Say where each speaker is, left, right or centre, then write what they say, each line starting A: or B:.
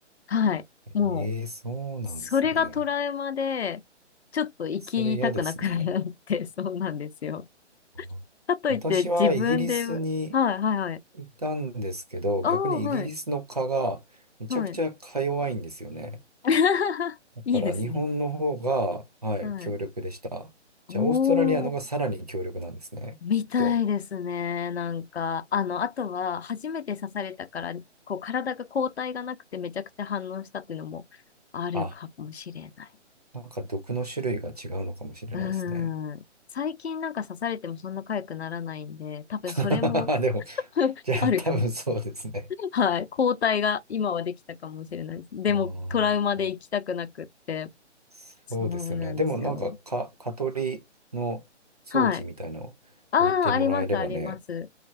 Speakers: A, on the left; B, on the right.
A: はい。もう、
B: ええそうなんですね。
A: それがトラウマで、ちょっと生きたくなくなって、
B: それ嫌ですね。
A: そうなんですよ。
B: あ私はイギリスに
A: かといって自分で、はいはいはい。
B: いたんですけど、
A: ああ、
B: 逆にイギリスの蚊がめちゃくちゃか弱いんですよね。
A: はい。はい。<laughs>
B: だから日本の方が、
A: いいですね。
B: はい、
A: はい。
B: 強力でした。じゃあ、
A: お
B: オーストラリアのがさらに強力なんですね。
A: ー、みたいですね。
B: きっと。
A: なんか、あの、あとは、初めて刺されたから、こう、体が抗体がなくてめちゃくちゃ反応したっていうのもあるかもしれない。
B: あ、なんか毒の種類が違うのかもしれないですね。
A: うん。最近なんか刺されてもそんな痒くならないんで、多分それも
B: <laughs> でも、
A: <laughs>
B: じゃあ多分そうですね。
A: あるかも。はい。抗体が今はできたかもしれないです。でも、
B: あ
A: トラウマで行きたくなくって。
B: あ、そうですよね。
A: そうなんですよ。
B: でもなんか、か、蚊取りの装置みたいの置いてもらえればね。
A: はい。ああ、あります、あります。